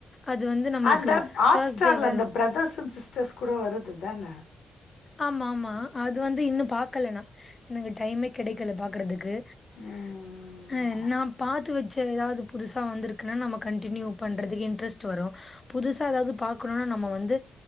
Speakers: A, on the left; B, on the left.
A: அது வந்து நம்மளுக்கு
B: அந்த ஹாக்
A: தர்ஸ்டே
B: ஸ்டார்ல
A: வரும்.
B: அந்த பிரதர்ஸ் அண் சிஸ்டர்ஸ் கூட வருதுதான
A: ஆமா ஆமா அது வந்து இன்னு பாக்கல நா எனக்கு டைமே கெடைக்கல பாக்கறதுக்கு
B: ம்
A: அ நா பாத்து வெச்ச ஏதாது புதுசா வந்திருக் குன்னா நம்ம கண்டினியூ பண்றதுக்கு இன்ட்ரெஸ்ட் வரு புதுசா எதாவது பாக்கணும்னா நம்ம வந்து